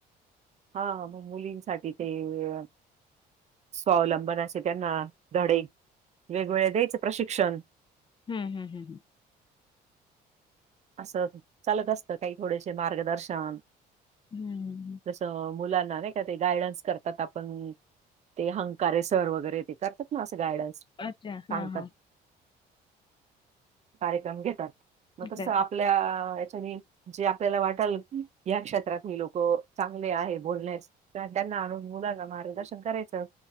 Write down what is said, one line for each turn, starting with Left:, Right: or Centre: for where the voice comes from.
Right: हा मग मुलींसाठी. ते स्वावलंबन असे त्यांना धडे. वेगवेगळे द्यायचं प्रशिक्षण.
Left: हम् हम हम हम,
Right: असं चालतं असतं काही थोडेसे मार्गदर्शन.
Left: हं, हं, हं.
Right: तसं मुलांना नाही का ते गायडन्स करतात आपण ते हंकारे सर वगैरे, ते करतात. ना असं गायडन्स. सांगतात
Left: अच्छा, हा हा.
Right: कार्यक्रम घेतात. मग तसं
Left: बरं.
Right: आपल्या याच्या यनी. जे आपल्याला वाटलं ह्या क्षेत्रात् हि लोक चांगले आहे बोलण्यात. त्या - त्याना मुलांना मार्गदर्शन करायचं